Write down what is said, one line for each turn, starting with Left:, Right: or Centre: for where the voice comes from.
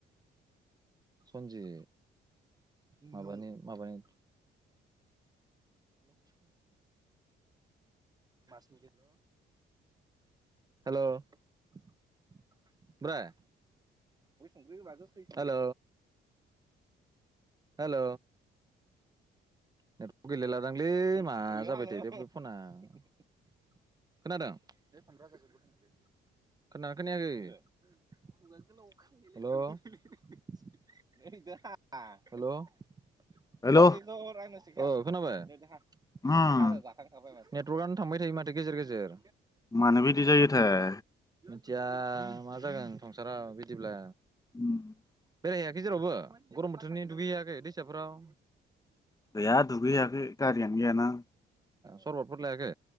Right: सनजि माबानि माबानि <unintelligible> हेल' हेल' ओमफ्राय हेल' हेल' नेटवर्क गेलेलादांलै मा जाबाय थादों दे फना खोनादों खोनदोंना खोनायाखैे हेलव हेलव ब र <unintelligible> अ खोनाबाय? जाखांखाबाय
Left: हेल'
Right: <unintelligible> दान
Left: उम
Right: थांबाय <unintelligible> थै माथो गेजेर गेजेर
Left: मानो बिदि जायोथाय
Right: सिया मा जागोन संसारा बिदिब्ला
Left: <inaudible>
Right: बेरायहैयाखै जेरावबो गरम बोथोरनि दुगैहैयाखै दैसाफ्राव?
Left: गैया दुगैयाखै गारियानो गैया ना।
Right: सरबदफोर लायाखै?